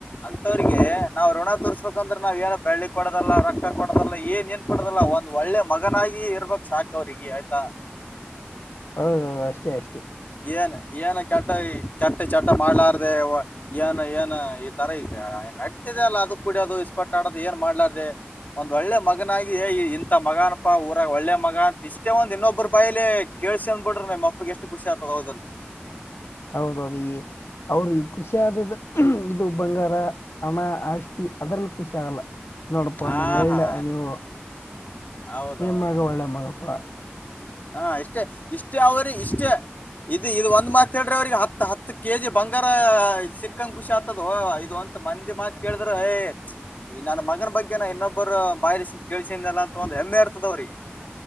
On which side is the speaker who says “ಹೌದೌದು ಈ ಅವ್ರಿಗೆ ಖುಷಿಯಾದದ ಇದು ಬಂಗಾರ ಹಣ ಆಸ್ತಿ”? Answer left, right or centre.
Left